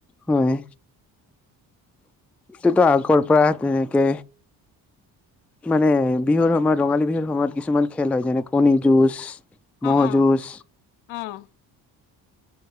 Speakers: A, in the centre; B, on the left.
A: হয় সেইতো আগৰ পৰা তেনেকে মানে বিহুৰ সময়ত ৰঙালী বিহুৰ সময়ত কিছুমান খেল হয় যেনে কণী যুঁজ ম'হ
B: অ' অ'
A: যুঁজ
B: আহ